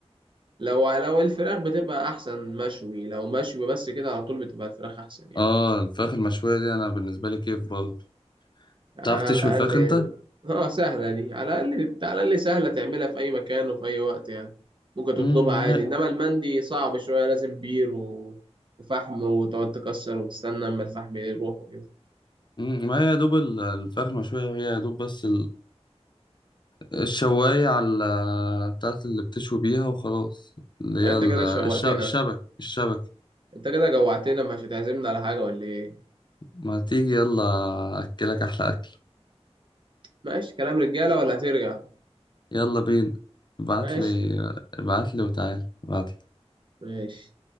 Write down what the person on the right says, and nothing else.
لو لو الفراخ بتبقى احسن مشوي لو مشوي بس كده على طول بتبقى الفراخ احسن يعني
على
الأقل
اه سهلة دي على الأقل على الأقل سهلة تعملها في أي مكان وفي أي وقت يعني ممكن تطلبها
عادي
إنما المندي صعب شوية لازم بير و... وفحم وتقعد تكسر وتستنى أما الفحم يروح وكده
فأنت
كده شوقتنا
أنت كده جوعتنا مش هتعزمنا على حاجة ولا إيه؟
ماشي كلام رجالة ولا هترجع؟
ماشي
ماشي